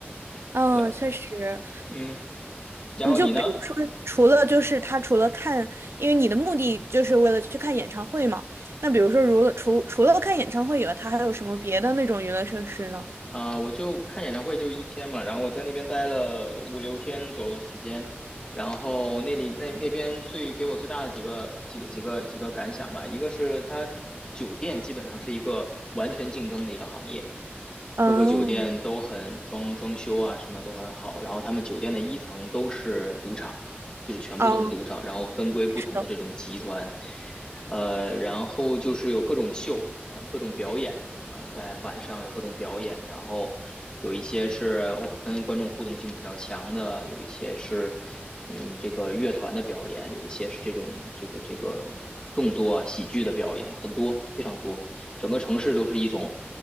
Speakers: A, on the right; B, on the left.
A: 嗯，
B: 对，
A: 确实，
B: 嗯，然后你呢？
A: 你就比如说，除了就是他除了看，因为你的目的就是为了去看演唱会嘛，那比如说，如了除除了看演唱会以外，他还有什么别的那种娱乐设施呢？
B: 啊、我就看演唱会就一天嘛，然后我在那边待了五六天左右的时间，然后那里那那边最给我最大的几个几个几个几个感想吧，一个是它酒店基本上是一个完全竞争的一个行业，
A: 嗯
B: 各个酒店都很装装修啊什么都很好，然后他们酒店的一层都是赌场，就是全部都是赌场，
A: 哦，
B: 然后分归不同的这种集团，
A: 是的，
B: 呃，然后就是有各种秀啊、各种表演。啊、在晚上有各种表演，然后有一些是跟观众互动性比较强的，有一些是嗯这个乐团的表演，有一些是这种这个这个动作啊喜剧的表演，很多非常多，整个城市都是一种